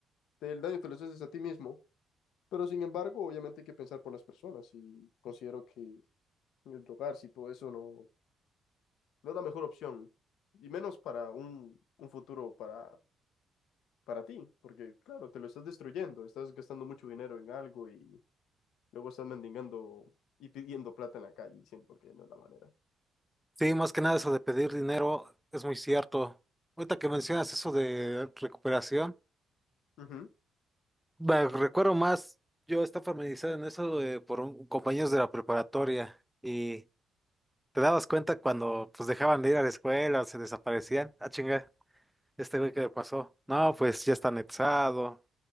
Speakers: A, on the left; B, in the centre.
A: Te- El daño te lo haces a ti mismo, pero sin embargo, obviamente hay que pensar por las personas y considero que el drogarse y todo eso no, no es la mejor opción, y menos para un, un futuro para para ti, porque claro, te lo estás destruyendo, estás gastando mucho dinero en algo y Luego están mendigando y pidiendo plata en la calle, siento que no es la manera.
B: Sí, más que nada eso de pedir dinero es muy cierto. Ahorita que mencionas eso de recuperación,
A: Ujú.
B: me recuerdo más, yo estaba familiarizado en eso eh, por un, compañeros de la preparatoria y te dabas cuenta cuando pues dejaban de ir a la escuela, se desaparecían. Ah, chinga, este güey que le pasó. No, pues ya está anexado,